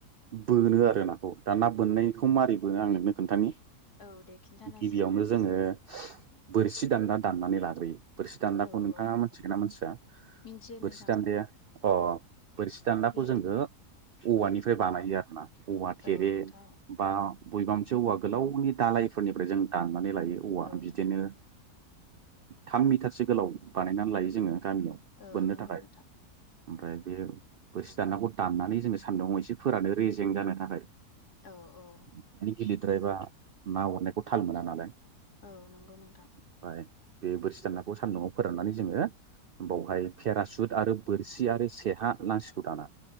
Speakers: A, on the right; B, on the left.
A: बोनो आरो नाखौ दा ना बोननायखौ मारै बोनो आं नोंनो खोन्थानि
B: औ दे खिन्थानायसाय
A: गिबियावनो जोङो बोरसि दान्दा दान्नानै लाग्रोयो बोरसि दान्दाखौ
B: औ
A: नोंथाङा
B: औ
A: मोनथिगोन ना मानथिया
B: मिन्थियो
A: बोरसि
B: नोंथां
A: दान्दाया अ अ बोरसि दान्दाखौ
B: बे
A: जोङो औवानिफ्राय
B: उम उम
A: बानायो आरो ना औवा थेरे
B: औ नोंथां औ
A: बा बबेबा मोनसे औवा गोलावनि दालायफोरनिफ्राय जों दानानै लायो औवा
B: औ
A: बिदिनो थाम मिटारसो गोलाव बानायनानै लायो जोङो गामियाव
B: औ
A: बोननो
B: नंगौ
A: थाखाय
B: नोंथां
A: ओमफ्राय बे बोरसि दानदाखौ दाननानै जोङो सानदुंआव एसे फोरानो रेजें जानो थाखाय
B: औ औ
A: माने गेलिरद्रायबा ना हरनायखौ थाल मोना नालाय
B: औ नंगौ नोंथां।
A: ओमफ्राय बे बोरसि दानाखौ सान्दुंआव फोराननानै जोङो बावहाय पेरासुट आरो बोरसि आरो सेहा नांसिगौ दाना